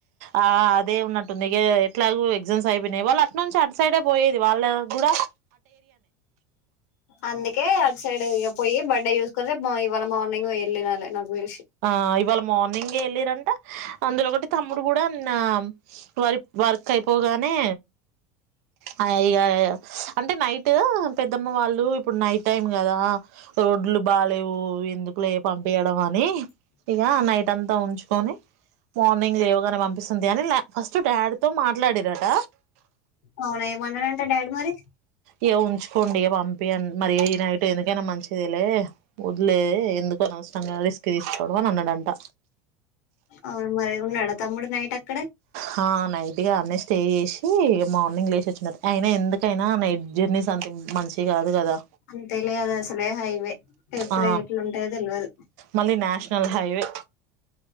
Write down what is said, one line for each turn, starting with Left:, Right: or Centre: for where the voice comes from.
Right: ఆ అదే ఉన్నట్టుంది ఇక ఎట్లాగ ఎగ్జామ్స్ అయిపోయినాయి వాళ్ళు అటునుంచి అటు సైడే పోయేది వాళ్ళ గుడ
Left: అందుకే సైడ్ ఇ పోయి బడ్డ యూస్కుే ఇవాళ మార్నింగ్ వెళ్లి నళ నాకు తెలిసి
Right: ఆ ఇవాళ మార్నింగ్ ఏ ఎల్లిరంట అందులో ఒకటి తమ్ముడు కూడా న్నామ్ వరి వర్ స్ అయిపోగానే, ఆ ఇగా అంటే నైట్ పెద్దమ్మ వాళ్ళు ఇప్పుడు నైట్ టైం కదా, రోడ్లు బాలేవు ఎందుకులే పంపియడం అని. ఇగా నైట్ అంతా ఉంచుకొని మార్నింగ్ లేవ్ తనే పంపిస్తుంది అని ల ఫస్ట్ డాడ్ తో మాట్లాడిరట.
Left: అవునా ఏమన్నాడంట డాడీ మరి
Right: ఇగా ఉంచుకోండి, పంపిఅం మరి ఈ నైట్ ఎందుకైనా మంచిది లే వదిలేది ఎందుకు అనవసరంగా రిస్క్ తీస్ వదలనన్నాడంట
Left: అవ్ను మరి ఉన్నాడ తమ్ముడు నైట్ అక్
Right: హా నైట్ ఇగా అన్నే స్టే చేసి మార్నింగ్ లేసి వచ్చినారు అయినా ఎందుకైనా నైట్ జర్నీస్ అంత మంచివ్ కాదు కదా
Left: అని తెలియదు అసలే హైవే ఎప్పుడు
Right: ఆ
Left: ఎట్లుంటయో తెల్వదు
Right: మళ్ళీ నేషనల్ హైవే